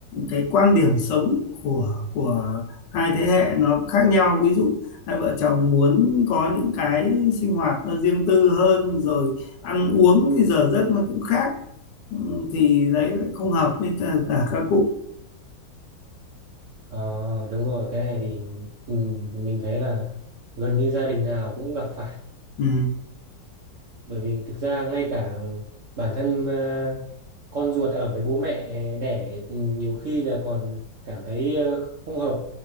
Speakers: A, on the left; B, on the right.
A: cái quan điểm sống của của hai thế hệ nó khác nhau ví dụ hai vợ chồng muốn có những cái sinh hoạt nó riêng tư hơn rồi ăn uống thì giờ giấc nó cũng khác Ừ, thì đấy lại không hợp với cả các cụ
B: Ờ đúng rồi cái này thì ừ, mình thấy là gần như gia đình nào cũng gặp phải
A: ừ.
B: bởi vì thực ra ngay cả bản thân ờ, con ruột ở với bố mẹ đẻ ừ, nhiều khi là còn cảm thấy ờ, không hợp